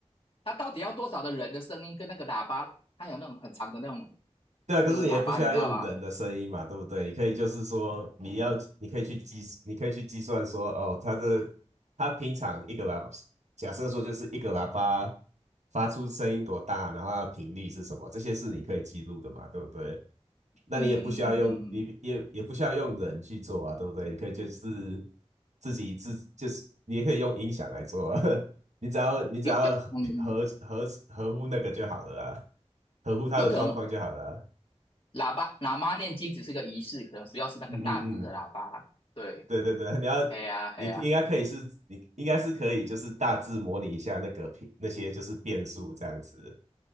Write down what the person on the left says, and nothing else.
他到底要多少的人的声音跟那个喇叭，他有那种很长的那种
那个喇叭，
你知道吗？
嗯嗯嗯嗯嗯，
有有嗯嗯，
有可能喇叭喇嘛念经只是个仪式，可能主要是那个大只的喇叭。
对，
哎呀哎呀，